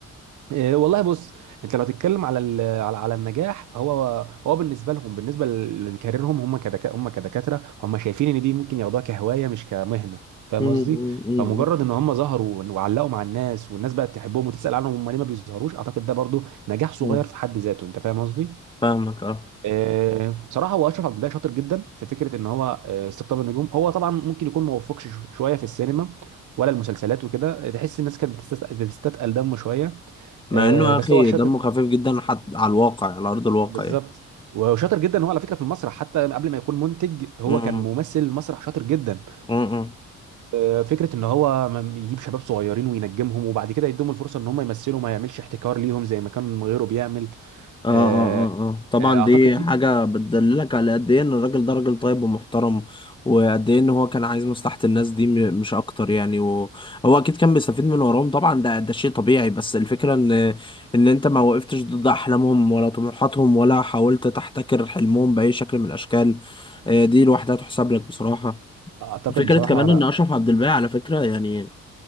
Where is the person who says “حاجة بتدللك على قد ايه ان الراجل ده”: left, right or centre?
Left